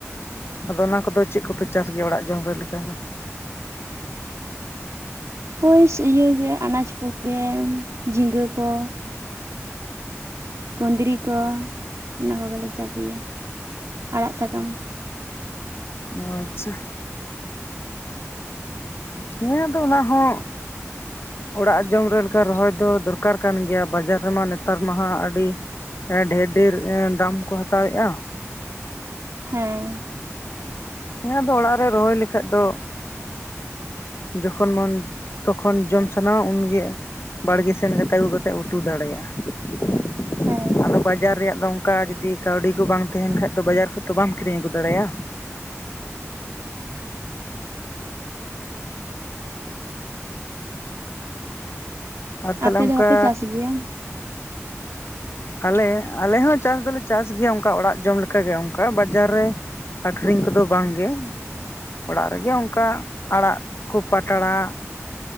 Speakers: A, on the left (about 55°); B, on the right (about 80°).
A: ᱟᱫᱚ ᱚᱱᱟ ᱠᱚᱫᱚ ᱪᱮᱫ ᱠᱚᱯᱮ ᱪᱟᱥ ᱜᱮᱭᱟ ᱚᱲᱟᱜ ᱡᱚᱢ ᱨᱮ ᱞᱮᱠᱟ ᱫᱚ?
B: ᱦᱳᱭ ᱤᱭᱟ ᱜᱮ ᱟᱱᱟᱡᱽ ᱠᱚᱜᱮ ᱡᱷᱤᱸᱜᱟᱹ ᱠᱚ
A: ᱦᱮᱸ
B: ᱠᱩᱫᱽᱨᱤ ᱠᱚ ᱚᱱᱟ ᱠᱚᱜᱮᱞᱮ ᱪᱟᱥ ᱜᱮᱭᱟ ᱟᱲᱟᱜ ᱥᱟᱠᱟᱢ
A: ᱚ ᱟᱪᱪᱷᱟ ᱦᱮᱸ ᱟᱫᱚ ᱚᱱᱟ ᱦᱚᱸ ᱚᱲᱟᱜ ᱡᱚᱢ ᱨᱮ ᱞᱮᱠᱟ ᱨᱚᱦᱚᱭ ᱫᱚ ᱫᱚᱨᱠᱟᱨ ᱠᱟᱱ ᱜᱮᱭᱟ, ᱵᱟᱡᱟᱨ ᱨᱮᱢᱟ ᱱᱮᱛᱟᱨ ᱢᱟ ᱦᱟᱸᱜ ᱟᱹᱰᱤ ᱰᱷᱮᱨ ᱰᱷᱮᱨ ᱫᱟᱢ ᱠᱚ ᱦᱟᱛᱟᱣᱮᱼᱟ ᱾
B: ᱦᱮᱸ᱾
A: ᱦᱮ ᱟᱫᱚ ᱚᱲᱟᱜ ᱨᱮ ᱨᱚᱦᱚᱭ ᱞᱮᱠᱷᱟᱡ ᱫᱚ ᱡᱚᱠᱷᱚᱱ ᱢᱚᱱ ᱛᱚᱠᱷᱚᱱ ᱡᱚᱢ ᱥᱟᱱᱟᱣᱟ ᱩᱱᱜᱮ ᱵᱟᱲᱜᱮ ᱥᱮᱱ ᱠᱟᱛᱮ ᱟᱹᱜᱩ ᱠᱟᱛᱮᱮᱫ ᱩᱛᱩ ᱫᱟᱲᱮᱭᱟᱜᱼᱟ ᱾
B: ᱦᱮᱸ
A: ᱟᱫᱚ ᱵᱟᱡᱟᱨ ᱨᱮᱭᱟᱜ ᱫᱚ ᱚᱱᱠᱟ ᱡᱩᱫᱤ ᱠᱟᱹᱣᱰᱤ ᱠᱚ ᱵᱟᱝ ᱛᱟᱦᱮᱱ ᱠᱷᱟᱡ ᱫᱚ ᱵᱟᱡᱟᱨ ᱠᱷᱚᱡ ᱛᱚ ᱵᱟᱢ ᱠᱤᱨᱤᱧ ᱟᱹᱜᱩ ᱫᱟᱲᱮᱭᱟᱜᱼᱟ ᱾ ᱟᱨ ᱛᱟᱦᱚᱞᱮ
B: ᱟᱯᱮ
A: ᱚᱱᱠᱟ
B: ᱫᱚ ᱵᱟᱯᱮ ᱪᱟᱥ ᱜᱮᱭᱟ
A: ᱟᱞᱮ ᱟᱞᱮ ᱦᱚᱸ ᱪᱟᱥ ᱫᱚᱞᱮ ᱪᱟᱥ ᱜᱮᱭᱟ ᱚᱱᱠᱟ ᱚᱲᱟᱜ ᱡᱚᱢ ᱞᱮᱠᱟᱜᱮ ᱚᱱᱠᱟ ᱵᱟᱡᱟᱨ ᱨᱮ ᱟᱠᱷᱨᱤᱧ ᱠᱚᱫᱚ ᱵᱟᱝᱜᱮ᱾ ᱚᱲᱟᱜ ᱨᱮᱜᱮ ᱚᱱᱠᱟ ᱟᱲᱟᱜ ᱠᱚ ᱯᱟᱴ ᱟᱲᱟᱜ,